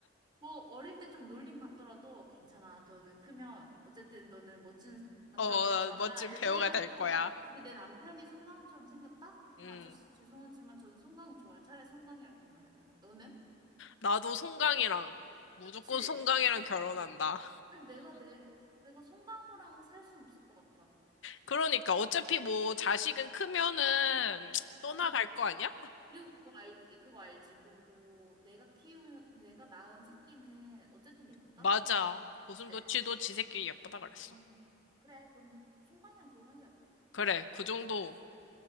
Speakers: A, on the right; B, on the left.
A: 뭐 어릴 때 좀 놀림 받더라도 괜찮아. 너는 크면 어쨌든 너는 멋진 남자가
B: 어,
A: 될 거란다.
B: 멋진
A: 이렇게
B: 배우가
A: 해가지고
B: 될 거야.
A: 근데 내 남편이 송강호처럼 생겼다?
B: 음.
A: 그럼 아저씨 죄송하지만 저는 송강이 좋아요. 차라리 송강이랑 결혼할래 나는. 너는?
B: 나도 송강이랑, 무조건
A: 그치?
B: 송강이랑 결혼한다.
A: 아니 내가 내 내가 송강호랑 살 순 없을 것 같아.
B: 그러니까, 어차피
A: 네.
B: 뭐, 자식은 크면은, <tsk> 떠나갈
A: 어.
B: 거 아니야?
A: 그리고 그거 알지? 그거 알지? 그리고 내가 키운 내가 낳은 새끼는 어쨌든 예쁘다.
B: 맞아. 고슴도치도
A: 그치?
B: 지 새끼 예쁘다 그랬어.
A: 응. 그래. 그럼 송강이랑 결혼하는 게 낫겠다.
B: 그래, 그 정도.